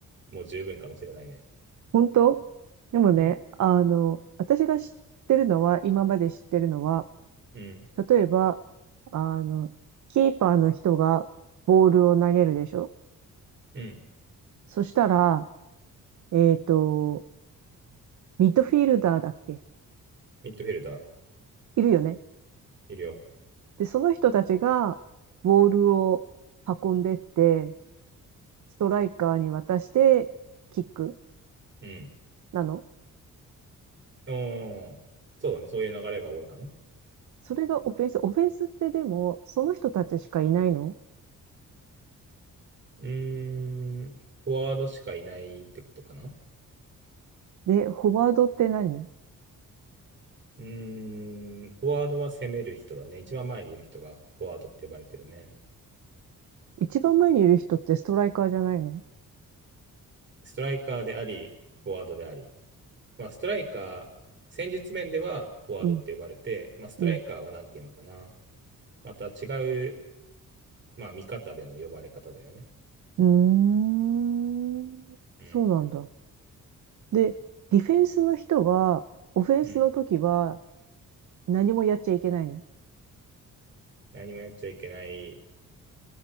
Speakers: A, on the right (about 35°); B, on the right (about 60°).
A: もう十分かもしれないね。
B: 本当でもね、
A: うん。
B: あの、私が知ってるのは、今まで知ってるのは、
A: うん。
B: 例えば、あの、キーパーの人がボールを投げるでしょ
A: うん。
B: そしたら、えっと、ミッドフィールダーだっけ
A: ミッドフィルダー、
B: いるよね。
A: いるよ。
B: で、その人たちがボールを運んでって、ストライカーに渡して、キック
A: うん。
B: なの
A: おー、そうだね。そういう流れが多いかな。
B: それがオフェンス。オフェンスってでも、その人たちしかいないの
A: うーん、フォワードしかいないってことかな。
B: で、フォワードって何
A: うーん、フォワードは攻める人だね。一番前にいる人がフォワードって呼ばれてるね。
B: 一番前にいる人ってストライカーじゃないの
A: ストライカーであり、フォワードであり。まあ、ストライカー、戦術面ではフォワードって呼ばれて、
B: うん、
A: まあ、ストライカーは何ていうのかな。
B: うん。
A: また違う、まあ、見方での呼ばれ方だよね。
B: うーん。
A: うん。
B: そうなんだ。で、ディフェンスの人は、オフェンスの時は
A: うん。
B: 何もやっちゃいけないの
A: 何もやっちゃいけない。